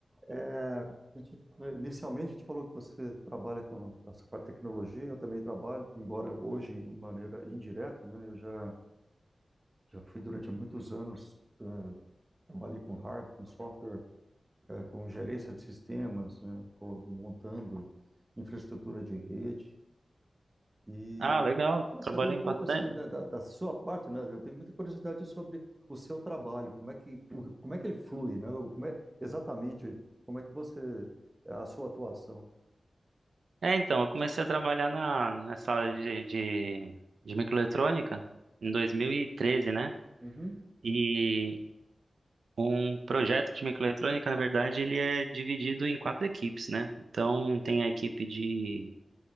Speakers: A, on the right; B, on the right.
A: É, A gente- inicialmente, a gente falou que você trabalha com essa parte de tecnologia, eu também trabalho, embora hoje em maneira indireta, né? Eu já, já fui durante muitos anos, eh, trabalhei com hardware, com software, eh, com gerência de sistemas, né, co- montando infraestrutura de rede. E
B: Ah, legal,
A: eu queria saber
B: trabalhei
A: um pouco
B: em bastante.
A: assim da, da- da sua parte, né? Eu tenho muita curiosidade sobre o seu trabalho, como é que o- como é que ele flui, né? Ou Como é exatamente como é que você é, a sua atuação?
B: É, então, eu comecei a trabalhar na, nessa área de, de, de microeletrônica em 2013, né?
A: Uhum,
B: E um projeto de microeletrônica, na verdade, ele é dividido em quatro equipes, né? Então, tem a equipe de,